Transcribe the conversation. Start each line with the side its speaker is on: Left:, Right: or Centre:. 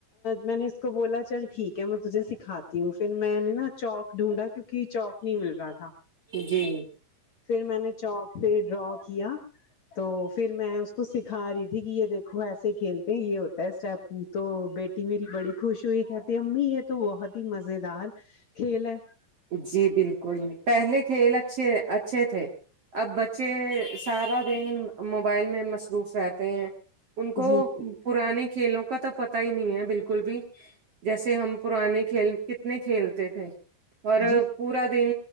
Left: میں نے اس کو بولا چل ٹھیک ہے میں تجھے سکھاتی ہوں پھر میں نے نا چوک ڈھونڈا کیونکہ چوک نہیں مل رہا تھا
Right: جی
Left: پھر میں نے چوک سے ڈرا کیا تو پھر میں اس کو سکھا رہی تھی تھی کہ یہ دیکھو ایسے کھیلتے ہیں یہ ہوتا ہے اسٹاپو تو بیٹی میری بڑی خوش ہوئی کہتی امی یہ تو بہت ہی مزیدار کھیل ہے
Right: جی بالکل پہلے کھیل اچھے تھے اب بچے سارا دن موبائل میں مصروف رہتے ہیں ان کو
Left: جی
Right: پرانے کھیلوں کا تو پتا ہی نہیں ہے بالکل بھی جیسے ہم پرانے کھیل کتنے کھیلتے تھے اور
Left: جی جی
Right: پورا دن